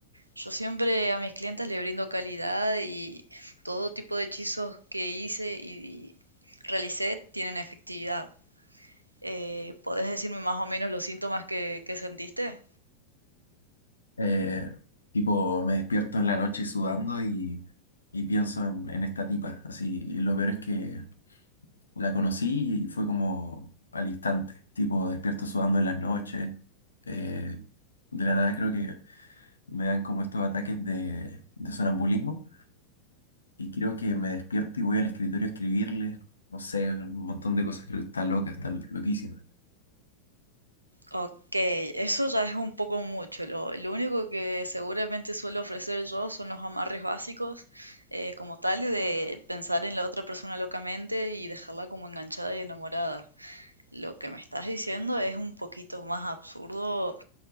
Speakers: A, on the right; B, on the left.
A: Yo siempre a mis clientas le brindo calidad y todo tipo de hechizos que hice y realicé tienen efectividad. Eh, ¿podés decirme más o menos los síntomas que, que sentiste?
B: Eh, tipo, me despierto en la noche sudando y, y pienso en, en esta tipa, así, y lo peor es que La conocí y fue como al instante, tipo despierto sudando en las noches. eh, de la nada creo que me dan como estos ataques de, de sonambulismo y creo que me despierto y voy al escritorio a escribirle, no sé, un montón de cosas, creo que está loca, está loquísima.
A: Ok, eso ya es un poco mucho. Lo, lo único que seguramente suelo ofrecer yo son los amarres básicos, eh, como tal, de pensar en la otra persona locamente y dejarla como enganchada y enamorada. Lo que me estás diciendo es un poquito más absurdo